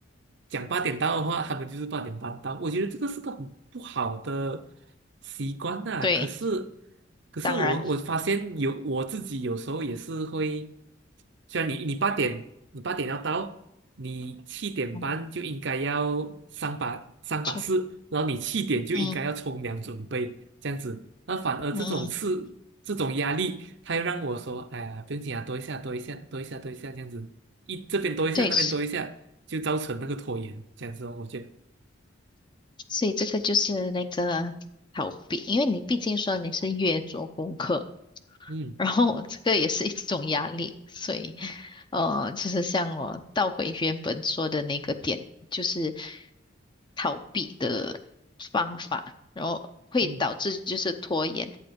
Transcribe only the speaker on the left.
对，
当然，
嗯，错，
嗯，
嗯，嗯
对。
所以这个就是那个逃避，因为你毕竟说你是越做功课，
然后这个也是一种压力，所以呃，就是像我倒回原本说的那个点，就是逃避的方法，然后会导致就是拖延，